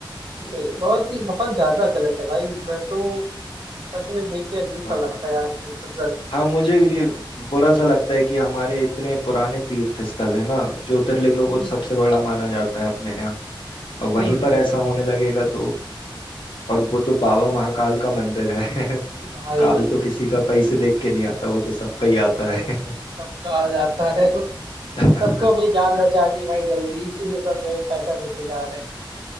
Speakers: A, on the right; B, on the left.
A: भाई बहुत ही बहुत ज्यादा गलत है भाई मैं तो सच में देख के अजीब सा
B: हाँ
A: लगता है यार ऐसे तो दस
B: हाँ मुझे भी
A: फीलिंग
B: बुरा सा लगता है कि हमारे इतने पुराने तीर्थ स्थल है ना ज्योतिर्लिंगों
A: हम्म
B: को तो सबसे बड़ा माना जाता है अपने यहाँ अब वहीं
A: हम्म
B: पर
A: हम्म।
B: ऐसा होने लगेगा तो और वो तो बाबा महाकाल का मंदिर है <laughs>
A: भाई
B: काल तो किसी का पैसे देख के नहीं आता वो तो सबका ही आता
A: भाई
B: है
A: सबका आ जाता है
B: <laughs>
A: सबको अपनी जान बचा दी भाई जल्दी इसीलिए सब जो है पैसा देके जा रहे